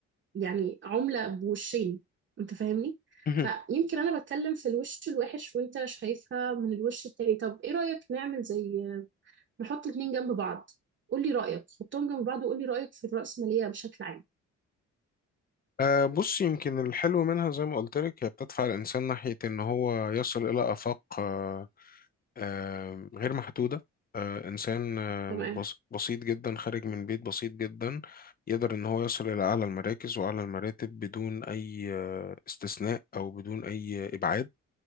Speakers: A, on the right; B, on the left.
A: يعني عملة بوشين انت فاهمني
B: مهم.
A: فيمكن انا بتكلم في الوش الوحش وانت شايفها من الوش التاني طب ايه رأيك نعمل زي نحط الاتنين جنب بعض قولي رأيك حطهم جنب بعض وقولي رأيك في الرأسمالية بشكل عام
B: آه، بص يمكن الحلو منها زي ما قلت لك هي بتدفع الإنسان ناحية إن هو يصل إلى آفاق آه، آه، غير محدودة آه، إنسان آه،
A: تمام
B: بس- بسيط جدا خارج من بيت بسيط جدا يقدر إن هو يصل إلى أعلى المراكز وأعلى المراتب بدون أي آه، استثناء أو بدون أي إبعاد